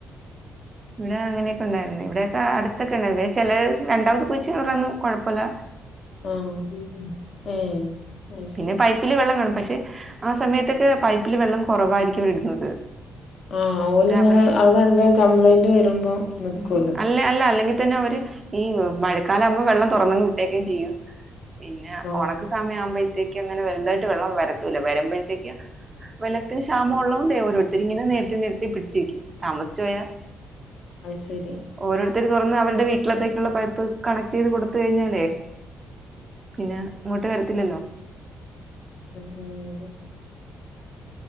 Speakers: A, on the right; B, on the left.
A: ഇവിടെ അങ്ങനെയൊക്കെ ഉണ്ടായിരുന്നു ഇവിടെയൊക്കെ അടുത്തൊക്കെ ഉണ്ടായിരുന്നു ചെലര് രണ്ടാമത് കുഴച്ചവർടൊന്നും കൊഴപ്പല്ല
B: ആഹ് <unintelligible> ഏഹ് അത്
A: പിന്നെ
B: ശരി
A: പൈപ്പില് വെള്ളം കാണും പക്ഷെ ആ സമയത്തൊക്കെ പൈപ്പ് പ്പില് വെള്ളം കൊറവായിരിക്കും ഇടുന്നത്
B: ആഹ് ഓല്
A: ഇത്
B: ഇങ്ങനെ
A: അവരുടെ
B: അവിടെ എന്തേ കംപ്ലൈന്റ് വരുമ്പോ നിക്കൂലോ
A: ഉം അല്ല അല്ല അല്ലെങ്കിൽ തന്നെ ഓര് ഈ മഴക്കാലം ആകുമ്പോ വെള്ളം തുറന്നങ്ങ് വിട്ടേക്കും ചെയ്യും പിന്നെ
B: ആഹ്
A: ഒണക്ക് സമയം ആവുമ്പയ് ത്തേക്ക് അങ്ങനെ വലതായിട്ട് വെള്ളം വരത്തൂല്ല വരുമ്പഴത്തേക്ക് വെള്ളത്തിന് ക്ഷാമ ഉള്ളതോണ്ടേ ഓരോരുത്തര് ഇങ്ങനെ നേരത്തെ നേരത്തെ പിടിച്ചു വെക്കും താമസിച്ച് പോയാ
B: അഹ് ശെരി
A: ഓരോരുത്തര് തൊറന്ന് അവരുടെ വീട്ടിലത്തേക്കുള്ള പൈപ്പ് കണക്ട് ചെയ്ത് കൊടുത്ത് കഴിഞ്ഞാലേ പിന്നെ ഇങ്ങോട്ട് വരത്തില്ലല്ലോ
B: ഉം ഉം